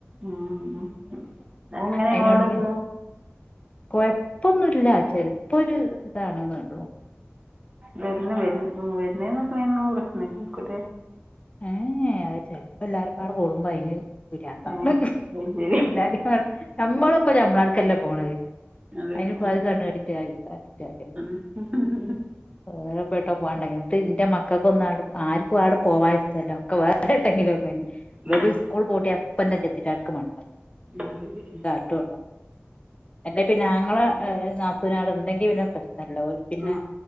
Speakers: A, on the right; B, on the left.
A: ഉം. ആളെങ്ങനെ
B: അയിനോട്
A: ഇങ്ങളോടൊക്കെ?
B: പി കൊഴപ്പൊന്നുല്ല. ചെൽപ്പോ ഒര് ഇതാണെന്നള്ളൂ.
A: വരണ വ വരണേനും നിക്കണിനൊന്നും പ്രശ്നല്ലായ്ക്കൂലെ?
B: ഏയ് അത് ചെൽപ്പോ എല്ലാരുപ്പാടെ കൂടുമ്പോ അയിന് പിരാന്താണ്.
A: ഏ അത് ശരി
B: എല്ലാരും കാണും നമ്മളിപ്പോ നമ്മളാൾക്കല്ലേ പോണ്.
A: അതന്നെ
B: അതിനിപ്പോ അത് കണ്ണ് തട്ടിട്ട് കാര്യോല്ല.
A: <unintelligible>
B: വേർപെട്ടോ പോകണ്ടെങ്കിട്ട് ഇന്റെ മക്കൾക്കൊ ഒന്ന ആർക്കും ആട പോവാനിഷ്ടല്ല.. ഒക്കെ വേർ ട്ടെങ്കിലും ഒക്കെ വലിയ
A: ഏ
B: സ്കൂൾപൂട്ടിയപ്പന്ന ജെസ്സിത്താടക്ക് മാണം.
A: അത് ശരി
B: <unintelligible> അല്ലെ പിന്നെ ആങ്ങളെ നാത്തുന് അവിടെ ഉണ്ടങ്കി പിന്നെ പ്രശ്നല്ലോ യി പിന്നെ
A: ആ